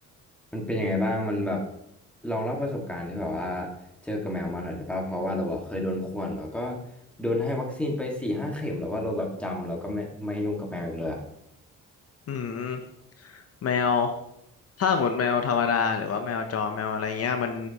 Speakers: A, in the centre; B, on the left.
A: มันเป็นยังไงบ้างมันแบบลองเล่าประสบการณ์ที่แบบว่าเจอกับแมวมาหน่อยได้ป่ะเพราะว่าเราอะเคยโดนข่วนแล้วก็โดนให้วัคซีนไปสี่ห้าเข็มแล้วว่าเราแบบจำแล้วก็ไม่ไม่ยุ่งกับแมวอีกเลยอะ
B: ๆอืมแมวถ้าหมดแมวธรรมดาหรือว่าแมวจรแมวอะไรเงี้ยมัน